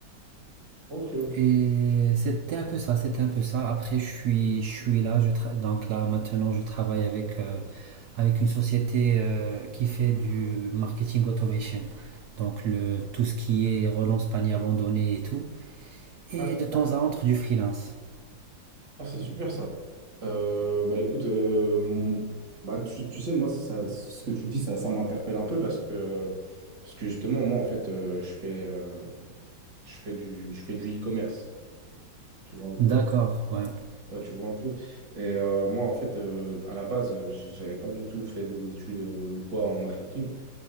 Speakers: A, on the right (about 60°); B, on the right (about 75°).
A: ok.
B: Et c'était un peu ça, c'était un peu ça. Après, je suis, je suis là, je tra- donc là maintenant, je travaille avec, euh, avec une société euh, qui fait du marketing automation. Donc le, tout ce qui est relance panier abandonné et tout. Et
A: ok.
B: de temps à autre, du freelance.
A: Ah, c'est super ça. Euh, bah écoute, euh, mon- bah, tu, tu sais, moi, ça, ce que tu dis, ça, ça m'interpelle un peu parce que, euh, parce que justement, moi, en fait, euh, je fais, euh, je fais du, je fais du e-commerce. Tu vois un peu.
B: D'accord, ouais,
A: Ouais, tu vois un peu. Et euh, moi, en fait, euh, à la base, euh, j'avais pas du tout fait des études euh, ou quoi en marketing.